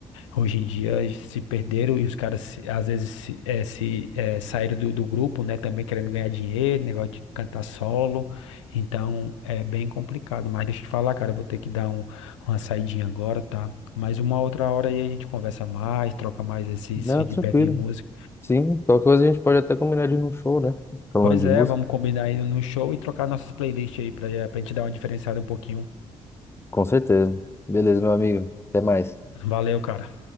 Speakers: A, on the left (about 75°); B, on the left (about 15°).
A: hoje em dia se perderam e os caras, se- às vezes, se, é, se, é, saíram do, do grupo, né? Também querendo ganhar dinheiro, negócio de cantar solo. Então, é bem complicado. Mas deixa eu te falar, cara, eu vou ter que dar um, uma saidinha agora, tá? Mas uma outra hora aí a gente conversa mais, troca mais esses
B: Não,
A: feedback
B: tranquilo.
A: de música.
B: Sim, qualquer coisa a gente pode até combinar de ir num show, né? Falando
A: Pois
B: de
A: é,
B: música.
A: vamos combinar aí no show e trocar nossas playlists aí pra, eh, pra gente dar uma diferenciada um pouquinho.
B: Com certeza. Beleza, meu amigo. Até mais.
A: Valeu, cara.